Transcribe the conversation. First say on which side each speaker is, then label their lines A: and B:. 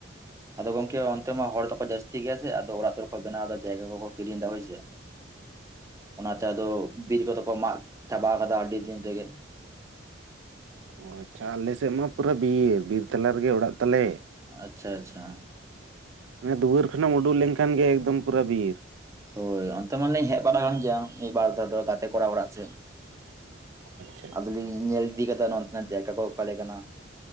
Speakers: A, on the right (about 15°); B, on the right (about 80°).
A: ᱟᱫᱚ ᱜᱚᱝᱠᱮ ᱚᱱᱛᱮ ᱢᱟ ᱦᱚᱲ ᱫᱚᱠᱚ ᱡᱟᱹᱥᱛᱤ ᱜᱮᱭᱟ ᱥᱮ ᱟᱫᱚ ᱚᱲᱟᱜ ᱫᱩᱣᱟᱹᱨ ᱠᱚ ᱵᱮᱱᱟᱣ ᱮᱫᱟ ᱡᱟᱭᱜᱟ ᱠᱚᱠᱚ ᱠᱤᱨᱤᱧ ᱫᱟ ᱦᱳᱭ ᱥᱮ
B: <inaudible>
A: ᱚᱱᱟᱛᱮ ᱟᱫᱚ ᱵᱤᱨ ᱠᱚᱫᱚ ᱠᱚ ᱢᱟᱜ ᱪᱟᱵᱟᱣ ᱟᱠᱟᱫᱟ ᱟᱹᱰᱤ ᱫᱤᱱ ᱨᱮᱜᱮ
B: ᱚ ᱟᱪᱪᱷᱟ ᱟᱞᱮ ᱥᱮᱫ ᱢᱟ ᱯᱩᱨᱟᱹ ᱵᱤᱨ ᱵᱤᱨ ᱛᱟᱞᱟ ᱨᱮᱜᱮ ᱚᱲᱟᱜ ᱛᱟᱞᱮ
A: ᱟᱪᱪᱷᱟ ᱟᱪᱪᱷᱟ
B: ᱢᱟᱱᱮ ᱫᱩᱣᱟᱹᱨ ᱠᱷᱚᱱᱮᱢ ᱩᱰᱩᱠ ᱞᱮᱱᱠᱷᱟᱱ ᱜᱮ ᱮᱠᱫᱚᱢ ᱯᱩᱨᱟᱹ ᱵᱤᱨ
A: ᱦᱳᱭ ᱚᱱᱛᱮ ᱢᱟ ᱞᱤᱧ ᱦᱮᱡ ᱵᱟᱲᱟ ᱟᱠᱟᱱ ᱜᱮᱭᱟ ᱢᱤᱫ ᱵᱟᱨ ᱫᱷᱟᱣ ᱫᱚ ᱜᱟᱛᱮ ᱠᱚᱲᱟ ᱟᱜ ᱚᱲᱟᱜ ᱥᱮᱫ
B: ᱟᱪᱪᱷᱟ
A: ᱟᱫᱚ ᱞᱤᱧ ᱧᱮᱞ ᱤᱫᱤ ᱠᱟᱫᱟ ᱱᱚᱱᱛᱮᱱᱟᱜ ᱡᱟᱭᱜᱟ ᱠᱚ ᱚᱠᱟ ᱞᱮᱠᱟᱱᱟ᱾